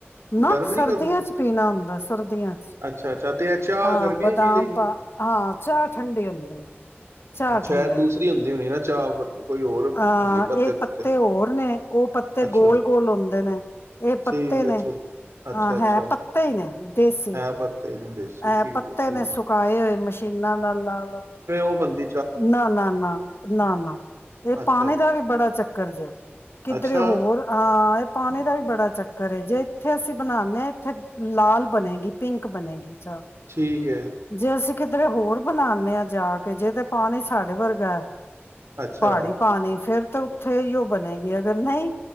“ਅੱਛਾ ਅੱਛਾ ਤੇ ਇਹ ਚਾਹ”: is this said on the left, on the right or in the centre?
Right